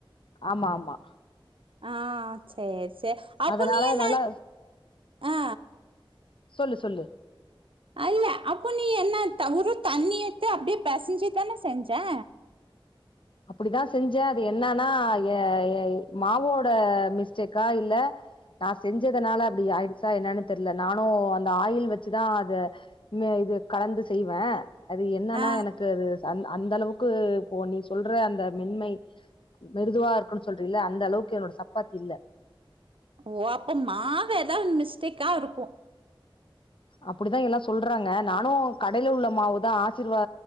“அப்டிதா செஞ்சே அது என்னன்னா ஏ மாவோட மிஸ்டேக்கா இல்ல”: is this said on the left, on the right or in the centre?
Left